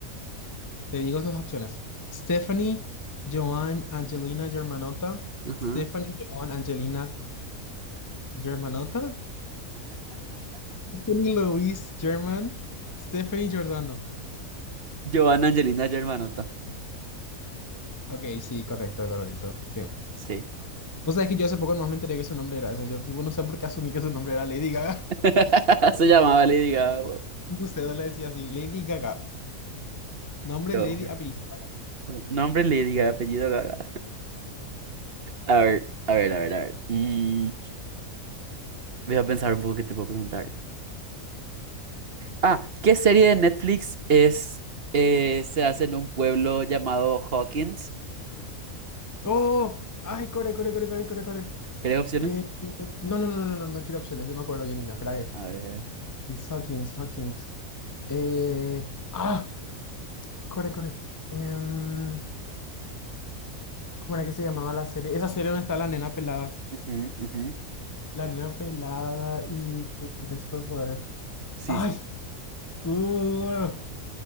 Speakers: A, on the left; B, on the right.
A: Te digo las opciones. Stephanie, Joan, Angelina, Germanota.
B: Ajá.
A: Stephanie, Joan, Angelina, Germanota. Stephanie Luis, German. Stephanie Giordano.
B: Giovanna Angelina Germanotta.
A: Ok, sí, correcto, correcto. Sí.
B: Sí.
A: Vos sabés que yo hace poco nomás me enteré que su nombre era ese. Yo, tipo, no sé por qué asumí que su nombre era Lady Gaga.
B: <laughs> Se llamaba Lady Gaga. wow.
A: <laughs> Usted le decía así, Lady Gaga. Nombre
B: Giovanna.
A: Lady apellido Gaga.
B: Nombre Lady Gaga, apellido Gaga. A ver, a ver, a ver, a ver. Mm, voy a pensar un poco qué te puedo preguntar. Ah, ¿qué serie de Netflix es, eh, se hace en un pueblo llamado Hawkins?
A: ¡Oh! ¡Ay, corre, corre, corre, corre, corre, corre!
B: ¿Querés opciones?
A: Eh, no, no, no, no, no, no quiero opciones. Yo me acuerdo bien, Ina. Espera que-
B: A ver.
A: Sackings, Hackings. Eh, ah, core, core. Em, ¿cómo era que se llamaba la serie? Esa serie donde está la nena pelada.
B: Ujú, ujú.
A: La nena pelada y que tiene superpoder.
B: Sí,
A: ¡Ay!
B: sí.
A: ¡Cool!